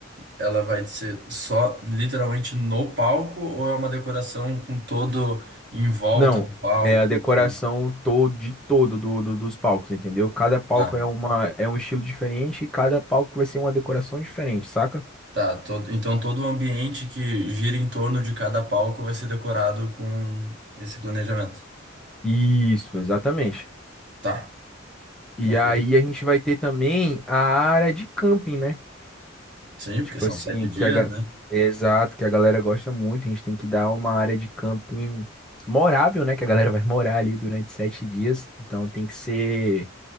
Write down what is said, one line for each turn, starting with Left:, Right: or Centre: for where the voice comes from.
Right: ela vai ser só literalmente no palco ou é uma decoração com todo em volta
Centre: Não,
Right: do palco?
Centre: é a decoração
Right: todo-
Centre: todo de todo do, do- dos palcos, entendeu? Cada palco
Right: Ah,
Centre: é uma é um estilo diferente e cada palco vai ser uma decoração diferente, saca?
Right: tá. Todo, então todo o ambiente que gira em torno de cada palco vai ser decorado com esse planejamento.
Centre: Isso, exatamente.
Right: Tá,
Centre: E
Right: ok.
Centre: aí a gente vai ter também a área de camping, né?
Right: Sim,
Centre: Tipo
Right: porque são
Centre: assim,
Right: sete dias,
Centre: que a ga-
Right: né?
Centre: exato, que a galera gosta muito, a gente tem que dar uma área de camping morável, né, que a galera vai morar ali durante sete dias, então tem que ser